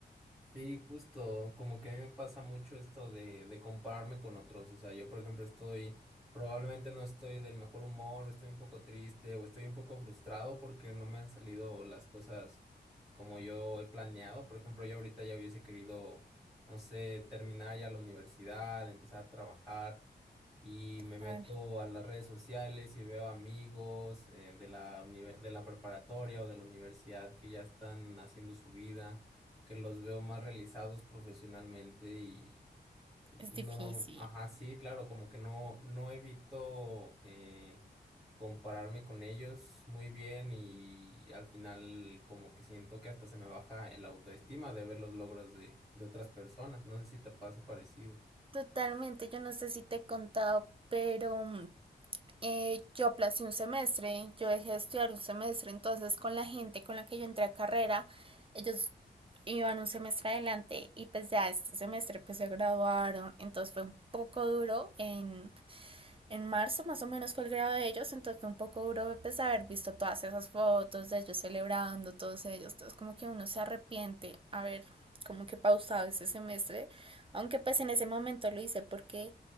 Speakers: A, in the centre; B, on the right.
A: Sí, justo, como que a mí me pasa mucho esto de, de compararme con otros, o sea, yo por ejemplo estoy, probablemente no estoy del mejor humor, o estoy un poco triste, o estoy un poco frustrado porque no me han salido las cosas como yo he planeado, por ejemplo, yo ahorita ya hubiese querido, no sé, terminar ya la universidad, empezar a trabajar, y me meto
B: Total.
A: a las redes sociales y veo amigos eh, de la univer- de la preparatoria o de la universidad que ya están haciendo su vida, que los veo más realizados profesionalmente y y
B: Es difícil.
A: no, ajá, sí, claro, como que no, no evito eh, compararme con ellos muy bien y al final como que siento que hasta se me baja el autoestima de ver los logros de, de otras personas. No sé si te pasa parecido.
B: Totalmente, yo no sé si te he contado, pero mm, eh, yo aplacé un semestre, yo dejé de estudiar un semestre, entonces con la gente con la que yo entré a carrera, ellos iban un semestre adelante y pues ya este semestre pues se graduaron, entonces fue un poco duro en en marzo más o menos fue el grado de ellos, entonces fue un poco duro pues haber visto todas esas fotos de ellos celebrando, todos ellos, entonces como que uno se arrepiente haber como que pausado ese semestre, aunque pues en ese momento lo hice porque